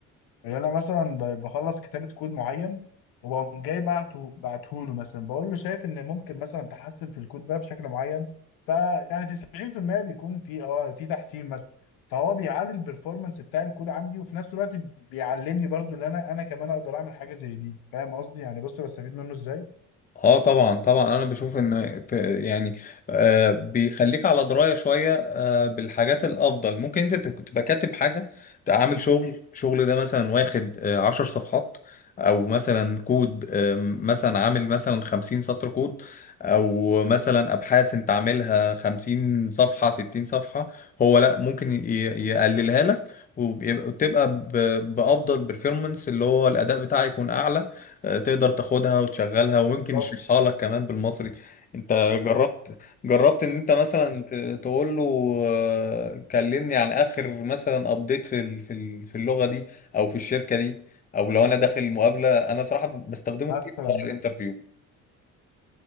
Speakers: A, on the left; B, on the left.
A: اللي أنا مثلا ب- بخلص كتابة كود معين وبقوم جاي بعته بعته له مثلا بقول له شايف إن ممكن مثلا تحسن في الكود ده بشكل معين فيعني 90% بيكون في اه في تحسين مثلا فهو بيعلي البرفورمانس بتاع الكود عندي وفي نفس الوقت بيعلمني برضو اللي أنا أنا كمان أقدر أعمل حاجة زي دي فاهم قصدي يعني بص بستفيد منه إزاي
B: اه طبعا طبعا انا بشوف ان ف- يعني آه بيخليك على درايه شويه آه بالحاجات الافضل ممكن انت تب- تبقى كاتب حاجه تبقى عامل شغل شغل ده مثلا واخد آه عشر صفحات او مثلا كود آه مثلا عامل مثلا خمسين سطر كود او مثلا ابحاث انت عاملها خمسين صفحه ستين صفحه هو لا ممكن ي- ي- يقللها لك وبيبقى- وتبقى ب- بافضل بيرفورمانس اللي هو الاداء بتاعي يكون اعلى آه، تقدر تاخدها وتشغلها ويمكن
A: بالظبط
B: يشرحها لك كمان بالمصري انت
A: بالظبط
B: جربت جربت ان انت مثلا
A: بالظبط
B: ت- تقول له آه، كلمني عن اخر مثلا ابديت في ال- في ال- في اللغة دي او في الشركة دي او لو انا داخل مقابلة انا صراحة بستخدمه
A: مثلا
B: كتير في حوار الانترفيو